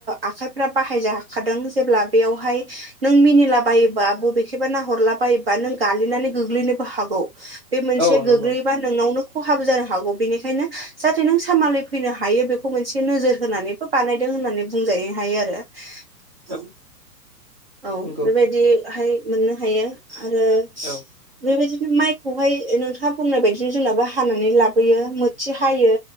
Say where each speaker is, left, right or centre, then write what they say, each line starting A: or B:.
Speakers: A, on the right; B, on the right.
A: आखाइफ्रा बाहायजाखादों जेब्ला बेयावहाय नों मिनिलाबायोबा बबेख एबा नाहरला बायोबा नों गालिननानै गोग्लैनोबो हागौ बे मोनसे
B: औ नंगौ
A: गोग्लै नोंनावनो खहाब जानो हागौ बेनिखायनो जाहाथे नों सामालाय फैनो हायो बेखौ मोनसे नोजोर होनानैबो बानायदों होननानै बुंजायो हायो आरो
B: <inaudible>
A: औ औ
B: नंगौ
A: बेबायदिहाय मोननो हायो आरो
B: औ
A: बेबायदिनो माइखौहाय नोंथाङा बुंनाय बायदिनो जोंनाबो हानानै लाबोयो मोथि हायो